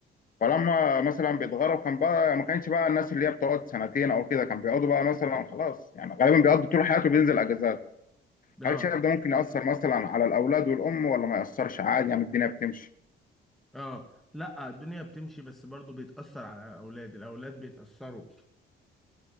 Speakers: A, on the left (about 45°); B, in the centre.
A: فلما مثلا بيتغرب كان بقى ما كانش بقى الناس اللي هي بتقعد سنتين او كده كان بيقعدوا بقى مثلا خلاص يعني غالبا بيقضوا طول حياته بينزل اجازات
B: اه
A: هل شايف ده ممكن يأثر مثلا على الأولاد والأم ولا ما يأثرش عادي يعني الدنيا بتمشي؟
B: اه لا الدنيا بتمشي بس برضو بيتأثر على الأولاد الأولاد بيتأثروا